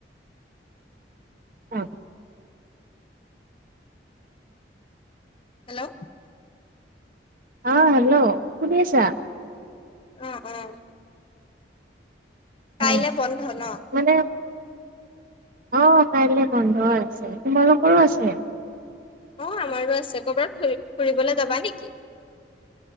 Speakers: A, on the right (about 50°); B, on the left (about 30°).
A: অ'।
B: হেল্ল'
A: অ' হেল্ল' শুনিছা?
B: উম উম।
A: অ',
B: কাইলৈ বন্ধ ন?
A: মানে অ' কাইলৈ বন্ধ আছে, তোমালোকৰো আছে?
B: অ' আমাৰো আছে, কৰ'বাত ফুৰিবলৈ যাবা নেকি?